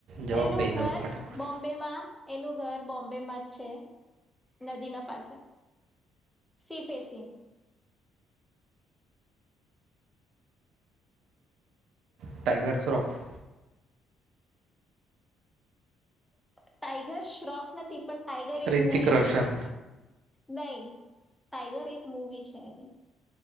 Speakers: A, on the right; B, in the centre.
A: જવાબ
B: એનું
A: કહી
B: ઘર
A: દઉં ફટાફટ
B: બોમ્બે માં. એનું ઘર બોમ્બેમાં જ છે નદીના પાસે. Sea facing
A: tiger Shroff.
B: Tiger Shroff નથી પણ ટાાઈગર એક
A: રિતિક
B: મૂવી
A: રોશન
B: છે. નહી ટાાઈગર એક મૂવી છે એની.